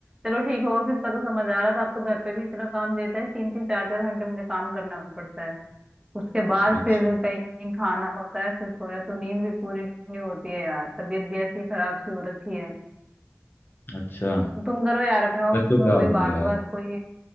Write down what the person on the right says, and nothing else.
चलो ठीक है ऑफिस का तो समझ आ रहा था अब तो घर पे भी इतना काम देता है तीन तीन चार चार घंटे मुझे काम करना पड़ता है उसके बाद
फिर कहीं खाना होता है फिर सोया तो नींद भी पूरी नहीं होती है यार तबीयत भी ऐसी खराब सी हो रखी है
तो तुम करो यार अपने ऑफिस
में
कोई
बात
बात कोई